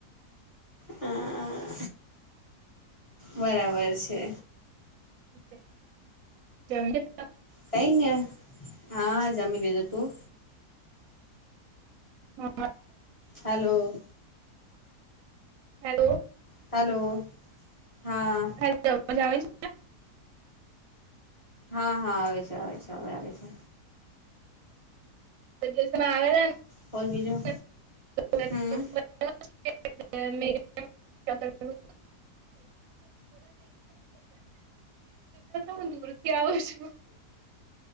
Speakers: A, on the left (about 25°); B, on the right (about 70°).
A: હા બરાબર છે.
B: <inaudible>
A: કઈ ને હા જમી લીધું તું?
B: હા
A: હલો!
B: હેલો
A: હલો હા
B: હેલો અવાજ આવે છે?
A: હા હા આવે છે આવે છે હવે આવે છે.
B: દિવસમાં
A: બોલ બીજું
B: આવેલા
A: હમ
B: ને- <unintelligible> હુ દૂર થી આવું છું-